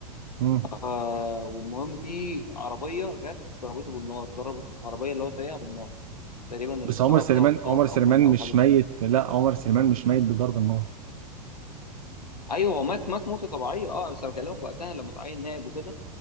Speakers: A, on the right; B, on the left.
A: مم.
B: آه والمهم في عربيه جت ضربته بالنار ضربت العربيه اللي هو سايقها بالنار تقريبا
A: بس
B: السواق
A: عمر سليمان
B: بتاعه اتصاب
A: عمر سليمان
B: او مات او
A: مش
B: حاجه
A: ميت
B: زي كده
A: لا عمر سليمان مش ميت بضرب النار
B: ايوه هو مات مات موته طبيعيه اه بس انا بكلمك وقتها لما اتعين نائب وكده